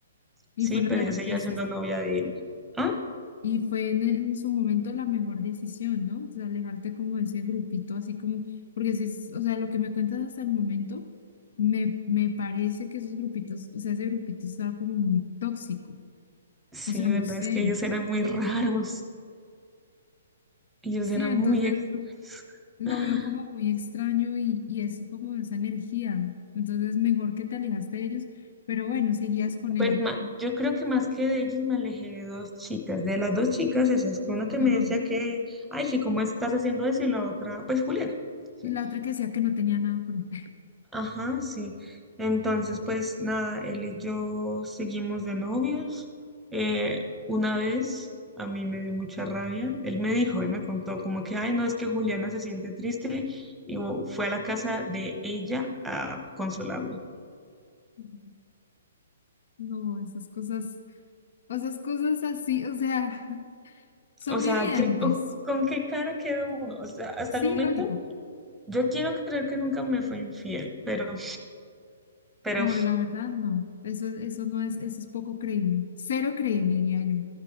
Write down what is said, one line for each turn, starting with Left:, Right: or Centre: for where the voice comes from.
Left: Y
Centre: Sí,
Left: fue lo
Centre: pero
Left: mejor
Centre: yo seguía
Left: que hiciste.
Centre: siendo novia de él. ¿Ah?
Left: Y fue en, en su momento la mejor decisión, ¿no? O sea, alejarte como de ese grupito, así como, porque si es, o sea, lo que me cuentas hasta el momento, me, me parece que esos grupitos, o sea, ese grupito estaba como muy tóxico.
Centre: Sí,
Left: O sea,
Centre: verdad,
Left: no sé.
Centre: es que ellos eran muy raros. Ellos
Left: Sí,
Centre: eran
Left: entonces
Centre: muy extraños.
Left: lo
Centre: <laughs>
Left: veo como muy extraño y, y es como esa energía. Entonces, mejor que te alejaste de ellos, pero bueno, seguías con él,
Centre: Pues
Left: ¿no?
Centre: ma- yo creo que más que de ellos me alejé de dos chicas, de las dos chicas esas, que una que
Left: Ajá.
Centre: me decía que, ay, sí, ¿cómo estás haciendo eso? Y la otra, pues Juliana, ¿sí?
Left: Y La otra que decía que no tenía nada con él.
Centre: Ajá, sí. Entonces, pues nada, él y yo seguimos de novios. Eh, una vez a mí me dio mucha rabia. Él me dijo, él me contó como que, ay, no, es que Juliana se siente triste y oh, fue a la casa de ella a consolarla.
Left: <laughs> No, esas cosas, esas cosas así, o sea. Son
Centre: O
Left: muy
Centre: sea,
Left: evidentes.
Centre: ¿qué- con qué cara quedó uno? O sea, hasta
Left: Sí,
Centre: el momento
Left: lógico.
Centre: yo quiero creer que nunca me fue infiel, pero, pero
Left: No, la verdad no. Eso, eso no es, eso es poco creíble. Cero creíble, diría yo.